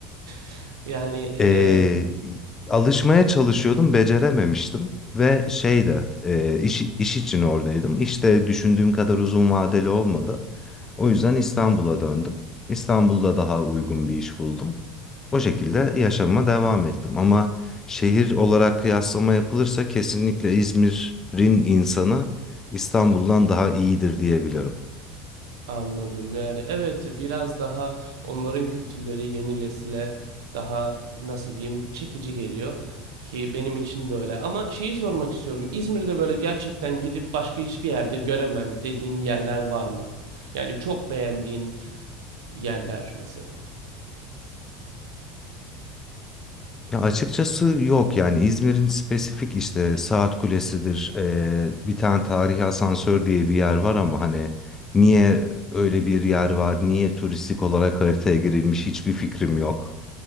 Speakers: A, on the right; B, on the left.
A: <laughs> yani e,
B: Eee, alışmaya çalışıyordum, becerememiştim ve şey de eee, iş, iş için oradaydım. İşte düşündüğüm kadar uzun vadeli olmadı. O yüzden İstanbul'a döndüm. İstanbul'da daha uygun bir iş buldum. O şekilde yaşama devam ettim. Ama şehir olarak kıyaslama yapılırsa kesinlikle İzmir'in insanı İstanbul'dan daha iyidir diyebilirim.
A: Anladım. Yani evet biraz daha onların kültürleri yeni nesile daha nasıl diyeyim çekici geliyor ki benim için de öyle. Ama şeyi sormak istiyorum. İzmir'de böyle gerçekten gidip başka hiçbir yerde göremem dediğin yerler var mı? Yani çok beğendiğin yerler mesela.
B: Ya açıkçası yok yani İzmir'in spesifik işte Saat Kulesi'dir eee, bir tane tarihi asansör diye bir yer var ama hani niye öyle bir yer var niye turistik olarak haritaya girilmiş hiçbir fikrim yok.